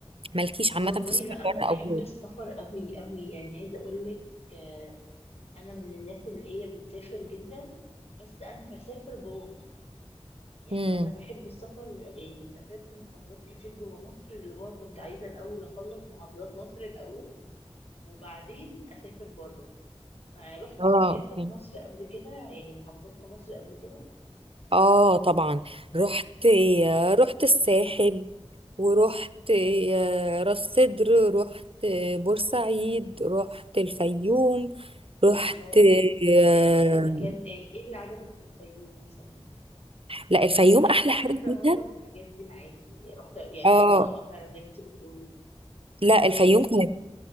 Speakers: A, on the right; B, on the left.
A: مالكيش
B: والله
A: عامة في السفر
B: لا انا
A: بره
B: بحب
A: أو جوه
B: السفر قوي قوي يعني عايزة اقولك آه، انا من الناس اللي هي بتسافر جدا بس انا بسافر جوه مصر يعني
A: امم
B: انا بحب السفر يعني سافرت محافظات كتير جوه مصر اللي هو كنت عايزة الاول اخلص محافظات مصر الاول وبعدين اسافر بره فروحتي
A: اه
B: انت حته
A: اوكي
B: في مصر قبل كده يعني محافظات في مصر قبل كده
A: اه طبعا رحت رحت الساحل ورحت آه، راس سدر رحت بورسعيد رحت الفيوم رحت
B: الله طب
A: آه،
B: ايه اكتر مكان ايه ايه اللي عجبك في الفيوم مثلا
A: لا الفيوم
B: انا
A: أحلى
B: رحت على
A: حاجة
B: فكره
A: فيها
B: معظم الحاجات دي معاكي رحت يعني
A: اه
B: رحتها فعلا زي ما انت بتقولي
A: لا
B: احلى
A: الفيوم
B: حاجه
A: كانت
B: كمان